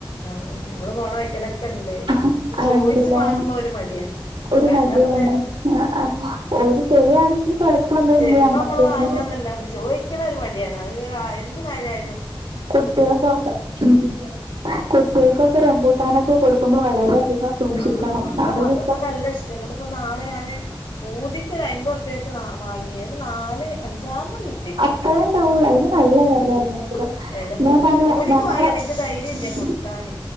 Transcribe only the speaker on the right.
ആഹ്
എന്തിലാ
ഒരു
മടിയാണ്.
ആഹ് ആഹ് ഓര് തരാണെങ്കി കൊഴപ്പൊന്നുല്ല
നമ്മക്കന്നെ.
കുട്ട്യള സൗണ്ടാ ഉം കുട്ട്യോക്കൊക്കെ റംമ്പൂട്ടാനൊക്കെ കൊടുക്കുമ്പോ വളരെയധികം സൂക്ഷിക്കണം
നാളൊരു
അത്തറേ ഇണ്ടാവൂള്ളൂ അയിന് നല്ല
വെലല്ലെ കിലോ
ഞാ
പറയാ
ഞങ്ങള
ഉം